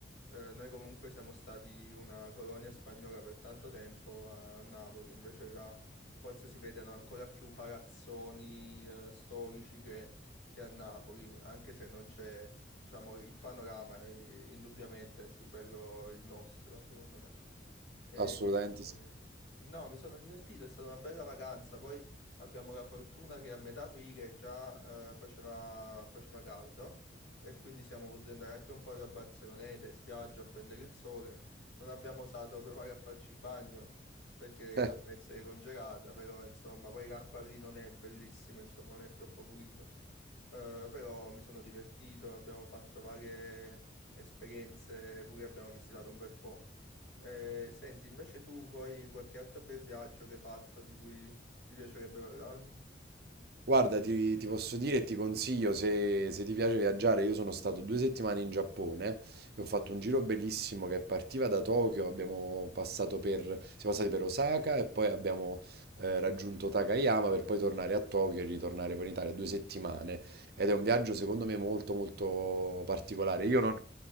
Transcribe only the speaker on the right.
assolutamente
sì.
<laughs>
Guarda, ti, ti posso dire e ti consiglio se, se ti piace viaggiare. Io sono stato due settimane in Giappone e ho fatto un giro bellissimo che partiva da Tokyo. Abbiamo passato per, siamo passati per Osaka e poi abbiamo eh, raggiunto Takayama per poi tornare a Tokyo e ritornare poi in Italia due settimane. Ed è un viaggio secondo me molto molto particolare. Io non,